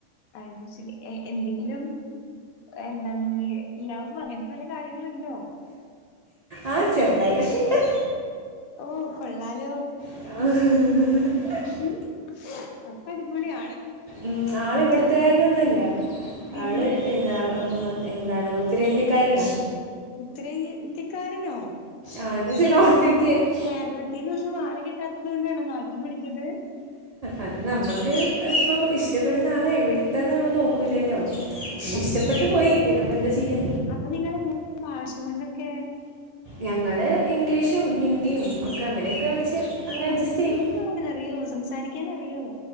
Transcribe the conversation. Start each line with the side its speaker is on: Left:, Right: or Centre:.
Left: അ ത് ശരി എ എന്തെങ്കിലും എന്താ ലൗ അങ്ങനത്തെ വല്ല കാര്യങ്ങളുണ്ടോ
Right: ആഹ് ചെറുതായിട്ടൊക്കെ ഇണ്ട്
Left: ഓഹ് കൊള്ളാലോ
Right: <unintelligible>
Left: ഉം അപ്പോടിപൊളിയാണ്
Right: ഉം ആളിവിടുത്തുകാരനൊന്നും അല്ല
Left: പിന്നെ
Right: ആള് ഏതാ എന്താണ് ഉത്തരേന്ത്യക്കാരന
Left: ഉത്തരേന്ത്യ ഇന്ത്യക്കാരനോ
Right: ആ എന്ന് വെച്ചാൽ
Left: അതുകൊണ്ടാ
Right: നോർത്ത് ഇന്ത്യൻ
Left: കേരളത്തിനോന്നും ആളെ കിട്ടാത്തതോണ്ടാണോ മാറ്റിപിടിച്ചത്
Right: അത് നമ്മുക്ക് ഇപ്പം ഇഷ്ടപ്പെടുന്ന ആളെ എവിടത്തെന്ന് നമ്മള് നോക്കൂലല്ലോ
Left: സത്യം
Right: ഇഷ്ടപ്പെട്ടു
Left: അത്
Right: പോയി
Left: ശ
Right: പിന്നിപ്പ എന്താ ചെയ്യാ
Left: അപ്പൊ നിങ്ങള് എങ്ങനാ ഭാഷ കൊണ്ടൊക്കെ
Right: ഞങ്ങള് ഇംഗ്ലീഷും ഹിന്ദിയും ഒക്കെ അങ്ങനെയൊക്കെ വെച്ച് അങ്ങ്
Left: ഓ
Right: അഡ്ജസ്റ്റ്
Left: നിനക്ക്
Right: ചെയ്യും
Left: ഹിന്ദി പറയാനറിയോ സംസാരിക്കാനറിയോ